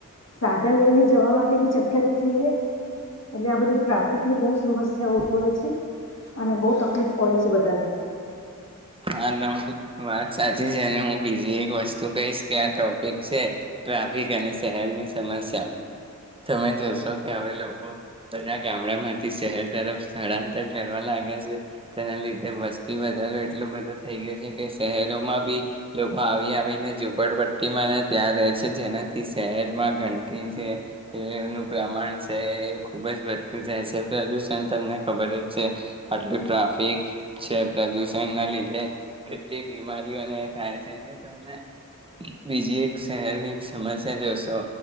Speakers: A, on the left; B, on the right.
A: સાધન લઈને જવા માટે બી જગ્યા તો જોઈએ એટલે આ બધી ટ્રાફિકની બઉ સમસ્યા ઉદભવે છે. અને બઉ તકલીફ પડે છે બધાને.
B: હા વાત સાચી છે અને હું બીજી એક વસ્તુ કહીશ કે આ ટોપિક છે ટ્રાફિક અને શહેરની સમસ્યા તમે જોશો કે હવે લોકો બધા ગામડા માંથી શહેર તરફ સ્થળાંતર કરવા લાગ્યા છે. તેના લીધે વસ્તી વધારો એટલ એટલું બધું થઈ ગયું છે કે શહેરોમાં બી લોકો આવી આવીને ઝુપડ પટ્ટીમાંને ત્યાં રહે છે. જેનાથી શહેરમાં ગંદકી છે એનું પ્રમાણ છે એ ખુબ જ વધતું જાય છે. પ્રદૂષણ તમને ખબર જ છે આટલું ટ્રાફિક છે પ્રદુષ <unintelligible> કેટલી બીમારીઓને થાય છે એલે તને બીજી એક શહેરની સમસ્યા જોશો